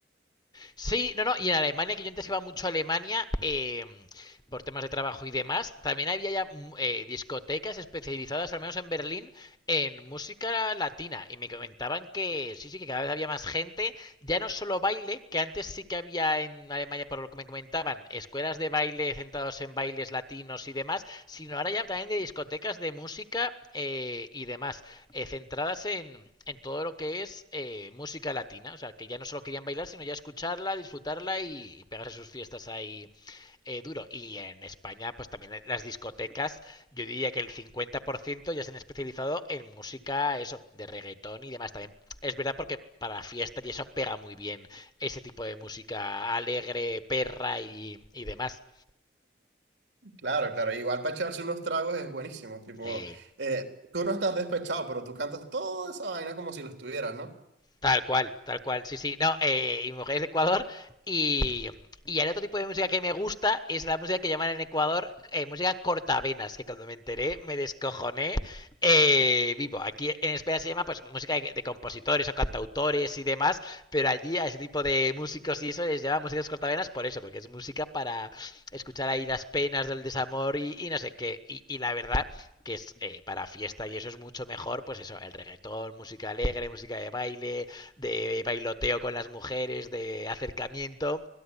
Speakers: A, on the left; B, on the right.
A: Sí, no, no, y en Alemania, que yo antes iba mucho a Alemania eh, por temas de trabajo y demás, también había ya mm, eh, discotecas especializadas, al menos en Berlín, en música latina. Y me comentaban que sí, sí, que cada vez había más gente, ya no solo baile, que antes sí que había en Alemania, por lo que me comentaban, escuelas de baile centrados en bailes latinos y demás, sino ahora ya también de discotecas de música eh, y demás eh, centradas en, en todo lo que es eh, música latina. O sea, que ya no solo querían bailar, sino ya escucharla, disfrutarla y, y pegarse sus fiestas ahí eh, duro. Y en España, pues también las discotecas, yo diría que el 50% ya se han especializado en música, eso, de reggaetón y demás. También es verdad porque para fiestas y eso pega muy bien ese tipo de música alegre, perra y, y demás.
B: Claro, claro, igual para echarse unos tragos es buenísimo, tipo,
A: Eh,
B: eh, tú no estás despechado, pero tú cantas toda esa vaina como si lo estuvieras, ¿no?
A: Tal cual, tal cual, sí, sí. No, eh, y mi mujer es de Ecuador. Y, y el otro tipo de música que me gusta es la música que llaman en Ecuador eh, música cortavenas, que cuando me enteré me descojoné eh, vivo. Aquí en España se llama pues música de, de compositores o cantautores y demás, pero allí a ese tipo de músicos y eso les llama músicas cortavenas por eso, porque es música para escuchar ahí las penas del desamor y, y no sé qué. Y, y la verdad que es eh, para fiesta y eso es mucho mejor, pues eso, el reggaetón, música alegre, música de baile, de bailoteo con las mujeres, de acercamiento.